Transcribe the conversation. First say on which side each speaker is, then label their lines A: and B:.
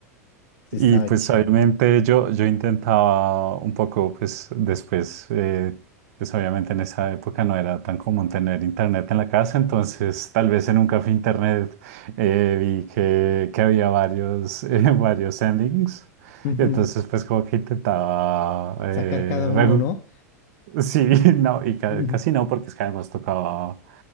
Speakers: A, on the left; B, on the right.
A: Sí,
B: y
A: estaba
B: pues
A: chingón.
B: obviamente yo, yo intentaba un poco, pues después, eh, pues obviamente en esa época no era tan común tener internet en la casa, entonces tal vez en un café internet eh, vi que, que había varios, <laughs> eh, varios endings,
A: Ujú.
B: y entonces pues como que intentaba, eh,
A: Sacar cada uno,
B: regu-
A: ¿no?
B: sí, <laughs> no, y ca-
A: <laughs>
B: casi no, porque es que además tocaba